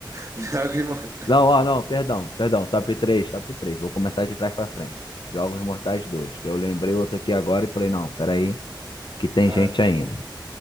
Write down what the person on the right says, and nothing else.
Melhor que o irmão.
Ah,